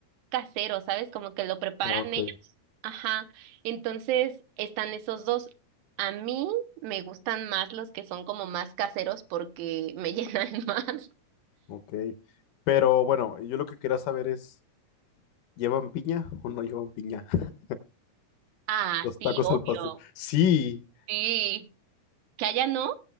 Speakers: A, on the right (about 80°); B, on the left (about 75°).
A: casero, ¿sabes? Como que lo preparan
B: Ah, ok,
A: ellos. Ajá. Entonces están esos dos. A mí me gustan más los que son como más caseros porque me <laughs> llenan más.
B: ok. Pero bueno, yo lo que quería saber es, ¿llevan piña o no llevan piña? <laughs>
A: Ah,
B: Los
A: sí,
B: tacos
A: obvio.
B: al pastor. Sí.
A: Sí. ¿Que allá no?